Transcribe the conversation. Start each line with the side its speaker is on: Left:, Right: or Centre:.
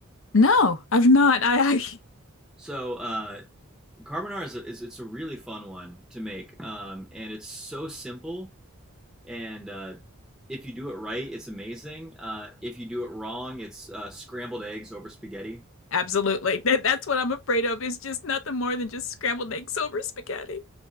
Left: No, I've not. I,
Centre: So uh, carbonara is, a, is it's a really fun one to make, um, and it's so simple and uh, if you do it right, it's amazing. Uh, if you do it wrong, it's uh, scrambled eggs over spaghetti.
Left: Absolutely. <laughs> That that's what I'm afraid of is just nothing more than just scrambled eggs over spaghetti.